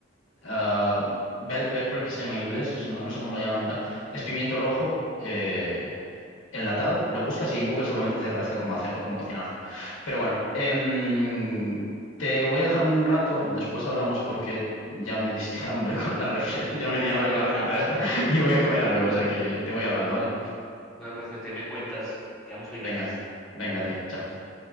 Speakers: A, on the left (about 80°); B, in the centre.
A: ah, bell pepper que se llama en inglés, es- no, no sé cómo lo llaman, y tal. Es pimiento rojo eh, enlatado, lo buscas y en Google seguramente te aparezca cómo hacerlo, cómo cocinarlo. Pero bueno, em, te voy a dejar un rato, después hablamos porque ya me diste <laughs> hambre con la receta, <laughs> ya me di hambre
B: <laughs>
A: con la receta esta y voy a comer algo, o sea que te voy hablando, ¿vale?
B: Bueno, perfecto, ahí me cuentas, quedamos pendientes.
A: Venga, venga, tío, chao.